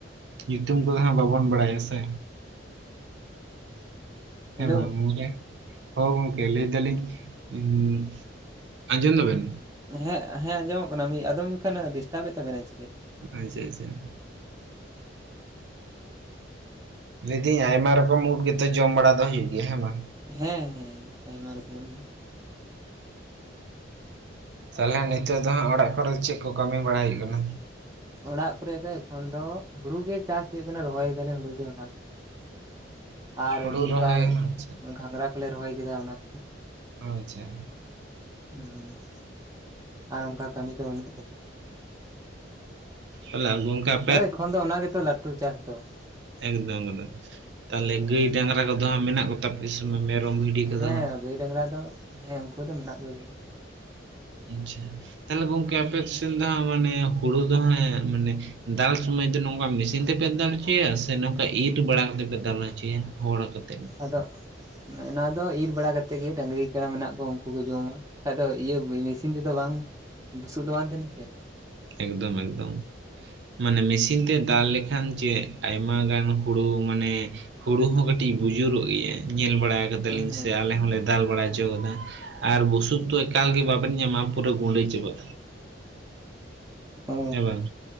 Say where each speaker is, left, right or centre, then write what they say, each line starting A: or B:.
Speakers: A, on the right; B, on the right.
A: ᱧᱩᱛᱩᱢ ᱠᱚᱫᱚ ᱦᱟᱸᱜ ᱵᱟᱵᱚᱱ ᱵᱟᱲᱟᱭᱟ ᱥᱮ ᱾ ᱦᱮ
B: ᱦᱮᱞᱳ
A: ᱵᱟᱝ ᱜᱚᱝᱠᱮ ᱾ ᱦᱚᱸ ᱜᱚᱝᱠᱮ ᱞᱟᱹᱭ ᱫᱟᱞᱤᱧ ᱾ ᱟᱸᱡᱚᱢ ᱫᱟᱵᱮᱱ?
B: ᱦᱮᱸ ᱦᱮᱸ ᱟᱸᱡᱚᱢᱚᱜ ᱠᱟᱱᱟ ᱢᱤᱫ ᱟᱫᱚᱢ ᱡᱚᱠᱷᱚᱱ ᱰᱤᱥᱴᱟᱵᱮᱜ ᱛᱟᱵᱮᱱᱟ ᱪᱮᱞᱤ ᱾
A: ᱟᱪᱪᱷᱟ ᱟᱪᱪᱷᱟ ᱾ ᱞᱟᱹᱭᱫᱟᱹᱧ ᱟᱭᱢᱟ ᱨᱚᱠᱚᱢ ᱩᱫ ᱜᱮᱛᱚ ᱡᱚᱢ ᱵᱟᱲᱟ ᱫᱚ ᱦᱩᱭᱩᱜ ᱜᱮᱭᱟ ᱦᱮᱸ ᱵᱟᱝ ᱾
B: ᱦᱮᱸ ᱦᱮᱸ ᱟᱭᱢᱟ ᱨᱚᱠᱚᱢ ᱜᱮ ᱾
A: ᱛᱟᱞᱦᱮ ᱱᱤᱛᱚᱜ ᱫᱚ ᱦᱟᱸᱜ ᱚᱲᱟᱜ ᱠᱚᱨᱮ ᱪᱮᱫ ᱠᱚ ᱠᱟᱹᱢᱤ ᱵᱟᱲᱟᱭ ᱦᱩᱭᱩᱜ ᱠᱟᱱᱟ?
B: ᱚᱲᱟᱜ ᱠᱚᱨᱮ ᱫᱚ ᱮᱠᱷᱚᱱ ᱫᱚ ᱦᱩᱲᱩ ᱜᱮ ᱪᱟᱥ ᱦᱩᱭᱩᱜ ᱠᱟᱱᱟ ᱨᱚᱦᱚᱭ ᱫᱟᱞᱮ ᱦᱩᱲᱩ ᱜᱮ ᱚᱱᱟ ᱾ ᱟᱨ
A: ᱦᱩᱲᱩ
B: ᱢᱤᱫᱵᱟᱨ
A: ᱨᱚᱦᱚᱭ ᱟᱪᱪᱷᱟ
B: ᱜᱷᱟᱸᱜᱨᱟ ᱠᱚᱞᱮ ᱨᱚᱦᱚᱭ ᱠᱮᱫᱟ ᱚᱱᱟ ᱠᱩ ᱾
A: ᱟᱪᱪᱷᱟ
B: ᱩᱸ ᱟᱨ ᱚᱝᱠᱟ ᱠᱟᱹᱢᱤ ᱛᱚ ᱵᱟᱹᱱᱩᱜ ᱠᱟᱫᱟ ᱾
A: ᱚ ᱛᱟᱞᱦᱮ ᱜᱚᱝᱠᱮ ᱾
B: ᱟᱨᱮ ᱮᱠᱷᱚᱱ ᱫᱚ ᱚᱱᱟ ᱜᱮᱛᱚ ᱞᱟᱹᱴᱩ ᱪᱟᱥ ᱫᱚ ᱾
A: ᱮᱠᱫᱚᱢ ᱮᱠᱫᱚᱢ, ᱛᱟᱦᱞᱮ
B: ᱦᱮᱸ
A: ᱜᱟᱹᱭ ᱰᱟᱝᱨᱟ ᱠᱚᱫᱚ ᱦᱟᱸᱜ ᱢᱮᱱᱟᱜ ᱠᱚᱛᱟ ᱯᱮ ᱥᱮ ᱵᱟᱝ ᱢᱮᱨᱚᱢ ᱵᱷᱤᱰᱤ ᱠᱚᱫᱚ
B: ᱦᱮᱸ
A: ᱦᱟᱸᱜ?
B: ᱜᱟᱹᱭ ᱰᱟᱝᱨᱟ ᱫᱚ ᱦᱮᱸ ᱩᱱᱠᱩ ᱫᱚ ᱢᱮᱱᱟᱜ ᱠᱚᱜᱮ ᱾
A: ᱟᱪᱪᱷᱟ ᱾ ᱛᱟᱦᱞᱮ ᱜᱚᱝᱠᱮ ᱟᱯᱮᱥᱮᱱ ᱫᱚ ᱦᱟᱸᱜ ᱢᱟᱱᱮ ᱦᱩᱲᱩ ᱫᱚ ᱦᱟᱸᱜ ᱢᱟᱱᱮ ᱫᱟᱞ ᱥᱚᱢᱚᱭ ᱫᱚ ᱱᱚᱝᱠᱟ ᱢᱮᱥᱤᱱᱼᱼ ᱠᱟᱛᱮ ᱯᱮ ᱫᱟᱞ ᱦᱚᱪᱚᱭᱟ ᱥᱮ ᱱᱚᱝᱠᱟ
B: ᱦᱮᱸ
A: ᱤᱨ ᱵᱟᱲᱟ ᱠᱟᱛᱮ ᱯᱮ ᱫᱟᱞ ᱦᱚᱪᱚᱭᱟ ᱦᱚᱲ ᱟᱛᱮ ᱾
B: ᱟᱫᱚ ᱚᱱᱟ ᱫᱚ ᱤᱨ ᱵᱟᱲᱟ ᱠᱟᱛᱮᱜ ᱜᱤ ᱰᱟᱝᱨᱤ ᱠᱟᱲᱟ ᱢᱮᱱᱟᱜ ᱠᱚᱣᱟ ᱩᱱᱠᱩ ᱠᱚ ᱡᱚᱢᱟ ᱾ ᱵᱟᱠᱷᱟᱡ ᱫᱚ ᱤᱭᱟᱹ ᱢᱮᱥᱤᱱ ᱛᱮᱫᱚ ᱵᱟᱝ ᱵᱩᱥᱩᱵ ᱫᱚ ᱵᱟᱝ ᱛᱟᱦᱮᱱᱟ ᱥᱮ ᱾
A: ᱮᱠᱫᱚᱢ ᱮᱠᱫᱚᱢ ᱢᱟᱱᱮ ᱢᱮᱥᱤᱼᱼ ᱤᱱ ᱛᱮ ᱫᱟᱞ ᱞᱮᱠᱷᱟᱱ ᱪᱮᱫ ᱟᱭᱢᱟ ᱜᱟᱱ ᱦᱩᱲᱩ ᱢᱟᱱᱮᱼᱼ ᱦᱩᱲᱩ ᱦᱚᱸ ᱠᱟᱹᱴᱤᱡ ᱵᱩᱡᱩᱨᱚᱜ ᱜᱮᱭᱟ ᱧᱮᱞ ᱵᱟᱲᱟ ᱠᱟᱫᱟᱞᱤᱧ
B: ᱦᱮᱸ
A: ᱥᱮ ᱟᱞᱮ ᱦᱚᱸ ᱞᱮ ᱫᱟᱞ ᱵᱟᱲᱟ ᱦᱚᱪᱚᱣ
B: ᱦᱮᱸ
A: ᱠᱟᱫᱟ, ᱟᱨ ᱵᱩᱥᱩᱵ ᱫᱚ ᱮᱠᱟᱞ ᱜᱮ ᱵᱟ ᱵᱮᱱ ᱧᱟᱢᱟ ᱯᱩᱨᱟᱹ ᱜᱩᱱᱰᱟᱹ ᱪᱟᱵᱟᱜ-ᱟ᱾
B: ᱚ,
A: ᱵᱟᱝ